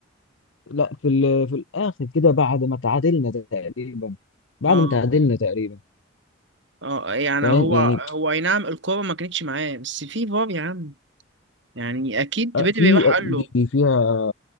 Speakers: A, on the left; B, on the right.
A: لا في ال- في الاخر كده بعد ما تعادلنا تقريبا بعد
B: اه
A: ما تعادلنا تقريبا
B: اه يعني
A: فاهم
B: هو
A: يعني
B: هو أي نعم الكورة ما كانتش معاه بس في فار يا عم يعني أكيد
A: آه،
B: بدري
A: في
B: راح قال
A: دي
B: له
A: دي فيها